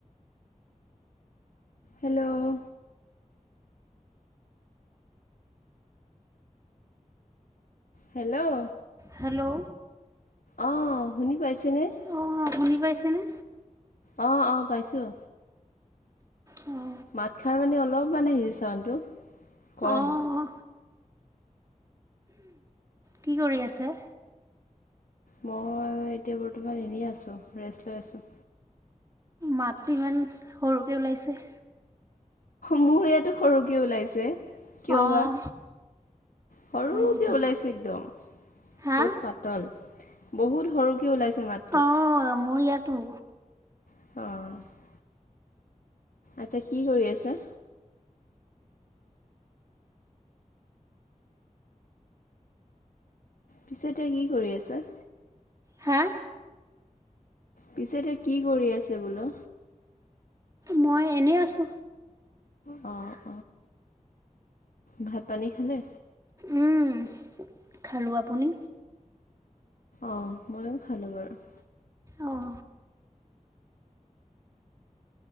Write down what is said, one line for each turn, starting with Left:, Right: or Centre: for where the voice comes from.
Left: hello- hello
Right: hello
Left: অ' শুনি পাইছেনে?
Right: অঁ শুনি পাইছেনে?
Left: অ' অ' পাইছোঁ।
Right: অ
Left: মাতখাৰ মানে অলপমান আহি চাউণ্ডটো। কম।
Right: অঁ কি কৰি আছে?
Left: মই এতিয়া বৰ্তমান এনেই আছো, ৰেষ্ট লৈ আছো।
Right: মাতটি ইমান, সৰুকে ওলাইছে।
Left: মোৰ ইয়াতো সৰুকে ওলাইছে। কিয়
Right: অঁ
Left: বা? সৰু-কে
Right: হয় নেকি
Left: ওলাইছে একদম।
Right: হা
Left: বত পাত তল, বহুত সৰুকে ওলাইছে মাত-
Right: অ' মোৰ ইয়াতো।
Left: অ' আচ্ছা কি কৰি আছে? পিছে এতিয়া কি কৰি আছা?
Right: হা?
Left: পিছে এতিয়া কি কৰি আছে বুলো?
Right: মই এনেই আছো।
Left: অ'। ভাত পানী খালে।
Right: উম খালো, আপুনি?
Left: অ', ময়ো খালো বাৰু।
Right: অহ।